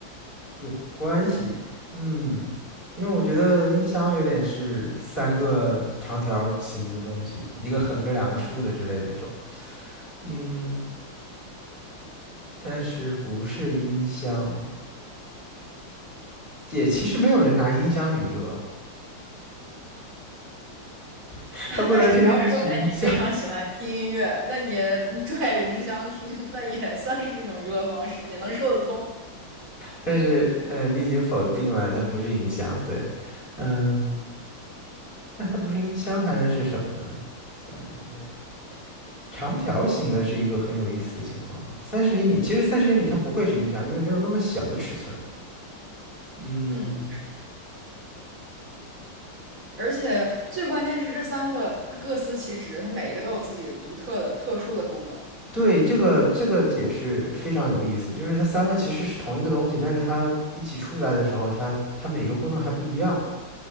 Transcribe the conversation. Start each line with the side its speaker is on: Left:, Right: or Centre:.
Left: 有关系，嗯，因为我觉得音箱有点是三个长条儿形的东西，一个横着两个竖的之类的那种，嗯，但是不是音箱，也其实没有人拿音箱娱乐，<laughs>
Right: <laughs>
Left: 他不能天天取音箱。
Right: 但是你要说，哎，你非常喜欢听音乐，那你拽着音箱听，那也算是一种娱乐方式，也能说得通。
Left: 但是呃，你已经否定了它不是音箱，对，嗯，那它不是音箱还能是什么呢？在家里面，长条形的是一个很有意思的情况，三十厘米，其实三十厘米它不会是音箱，因为没有那么小的尺寸。嗯，
Right: 嗯，而且最关键是这三个，它各司其职，它每一个都有自己独特的、特殊的功能。
Left: 对，这个这个解释非常有意思，就是它三个其实是同一个东西，但是它一起出来的时候，它它每个功能还不一样。